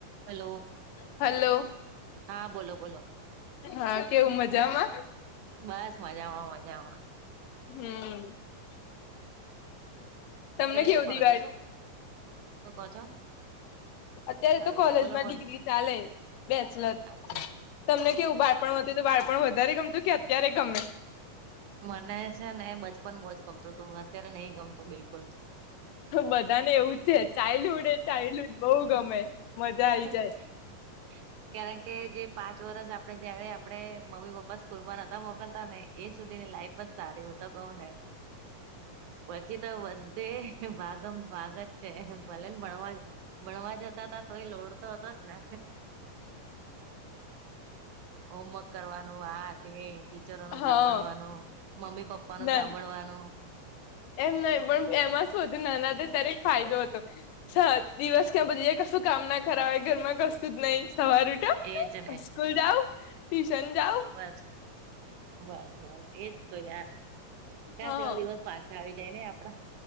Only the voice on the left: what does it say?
Hello.
હા કેવું મજામાં?
હમ તમને
કેવું
દિવાળી
અત્યારે
તો કોલેજમાં
ડિગ્રી ચાલે બેચલર
તમને કેવું બાળપણ
વતું તો બાળપણ વધારે ગમતું કે અત્યારે ગમે?
બધાને એવું જ છે ચાઇલ્ડહુડ એ ચાઇલ્ડહુડ બહુ ગમે મજા આઈ જાય
હા
ના
એમ નહી પણ એમાં શું હતું નાના હતા ત્યારે ફાયદો હતો. છ દિવસ ક્યાં પતી જાય કશું કામ ના કરાવે ઘરમાં કશું જ નઈ. સવારે ઉઠો
સ્કૂલ જાવ ટ્યુશન જાવ
હા